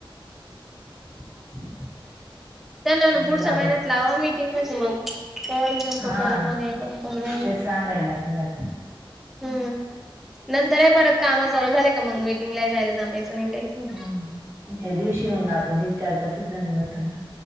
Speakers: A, on the right; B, in the centre.
A: <inaudible>
B: त्याना
A: तुम्ही
B: ना पुढच्या
A: बी लागल.
B: महिन्यात लावा मीटिंग म्हणजे मग त्यावेळेला नेमक
A: हा
B: कोण कोणये कोण कोण नाही.
A: तेच सांगायला लागल आता
B: हम् नंतरे परत काम चालू झाले का मग मीटिंगला जायला जमायचं नाही काहीच नाही.
A: हम्म त्या दिवशी मंग आपण किती चार पाचच जनी होतोना